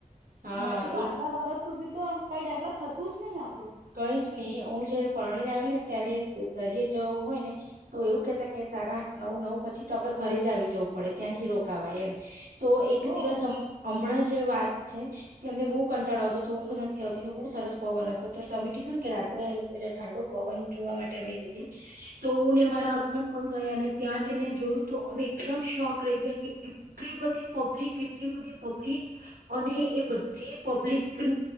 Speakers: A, on the right (about 80°); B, on the right (about 65°).
A: હા
B: બાકી તો
A: એક
B: આટલા વર્ષ. સુધી તો કઈ ડેવલપ થતું જ નહી આપ
A: કઈ જ નહી હું જયારે પરણીને આવલી ને ત્યારે દરિે જવું હોય ને તો એવું કેતા કે સાડા આઠ નવ નવ પછી તો આપડે ઘરે જ આવી જવું પડે ત્યાં નહી રોકાવાય એમ. તો એક
B: ઓ
A: દિવસ <unintelligible> જ જે વાત છે, કે એમને બહુ કંટાળો આવતો તો ઊંઘ નથી આવતી ને બહુ સરસ પવન હતો. તો તમે કીધુંને કે રાત્રે એટલે ઠંડો પવન જોવા માટે અમે જઈ ગયા તો હું ને મારા હસબન્ડ પણ ગયા અનેને ત્યાં જઈને જોયું તો અમે એકદમ શોખ રહી ગયા કે એટલી બધી પબ્લિક એટલી બધી પબ્લિક અને એ બધી પબ્લિક